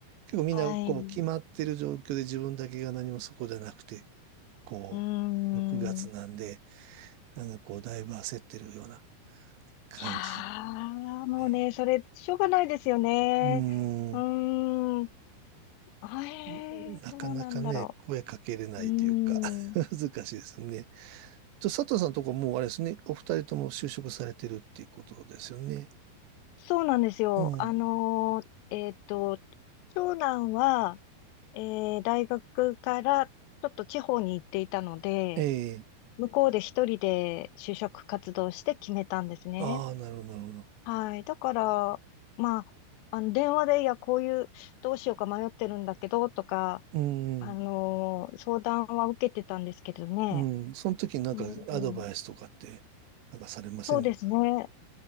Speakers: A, on the right; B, on the left.
A: 結構みんなこう決まってる状況で自分だけが何もそこじゃなくて、
B: はい。う
A: こう、
B: ーん。
A: 6月なんで、なんかこう、だいぶ焦ってるような感じだ
B: いやー、もうね、
A: ね。
B: それ、しょうがないですよね。
A: うーん。
B: うーん。あえー、
A: なかなかね、
B: どうなんだろ
A: 声かけれないというか
B: う。うーん。
A: <laughs> 難しいですよね。ちょ、佐藤さんのとこもうあれですね、お二人とも就職されてるっていうことですよね。
B: そうなんですよ。
A: うん。
B: あのーえっと、長男は、えー大学からちょっと地方に行っていたので、
A: ええ
B: 向こうで一人で就職活動して決めたんですね。
A: ああ、なるほど、なるほど。
B: はい。だから、まあ、あの、電話で、いや、こういう、どうしようか迷ってるんだけど、とか、
A: うん、
B: あのー相談は受けてたんですけどね。
A: うん、その時になんかアドバイスとかって、
B: うん、
A: なんかされません
B: そうですね。